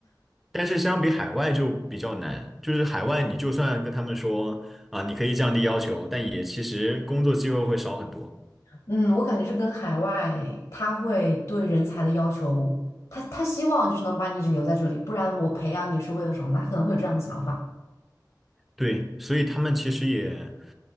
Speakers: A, in the centre; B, on the left.
A: 但是相比海外就比较难，就是海外你就算跟他们说啊，你可以降低要求，但也其实工作机会会少很多。
B: 嗯，我感觉是跟海外，他会对人才的要求，他他希望就是能把你一直留在这里，不然我培养你是为了什么呢？他可能会有这样的想法。
A: 对，所以他们其实也